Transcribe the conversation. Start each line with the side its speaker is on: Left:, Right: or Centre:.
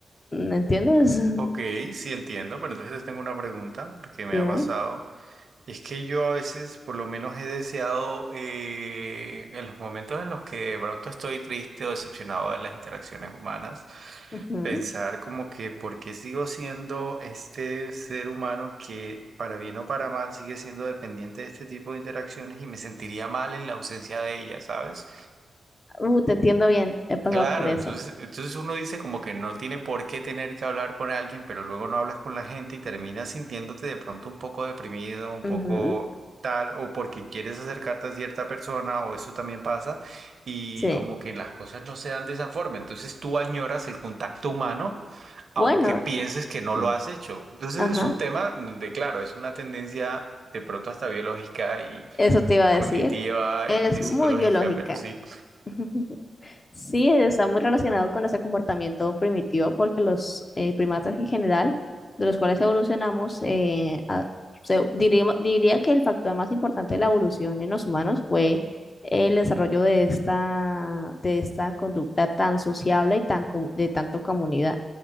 Left: ¿Me entiendes?
Right: ok,
Left: <laughs>
Right: sí entiendo, pero entonces tengo una pregunta porque me
Left: Dime.
Right: ha pasado. Es que yo a veces, por lo menos, he deseado eh, en los momentos en los que de pronto estoy triste o decepcionado de las interacciones humanas,
Left: Ujú.
Right: pensar como que por qué sigo siendo este ser humano que, para bien o para mal, sigue siendo dependiente de este tipo de interacciones y me sentiría mal en la ausencia de ellas, ¿sabes?
Left: Uh, te entiendo bien, he pasado
Right: Claro,
Left: por eso.
Right: entonces, entonces uno dice como que no tiene por qué tener que hablar con alguien, pero luego no hablas con la gente y terminas sintiéndote de pronto un poco deprimido, un
Left: Ujú,
Right: poco tal, o porque quieres acercarte a cierta persona, o eso también pasa, y
Left: Sí.
Right: como que las cosas no se dan de esa forma. Entonces tú añoras el contacto humano, aunque
Left: Bueno,
Right: pienses que no
Left: mm,
Right: lo has hecho. Entonces
Left: ajá.
Right: es un tema de, claro, es una tendencia de pronto hasta biológica y
Left: Eso te iba a
Right: cognitiva,
Left: decir. Es
Right: de
Left: muy
Right: psicológica,
Left: biológica.
Right: pero sí,
Left: <laughs> Sí, está muy relacionado con ese comportamiento primitivo porque los eh, primatas en general, de los cuales evolucionamos, eh, a- se- diríamos- diría, que el factor más importante de la evolución en los humanos fue el desarrollo de esta, de esta conducta tan sociable y tan comu- de tanto comunidad.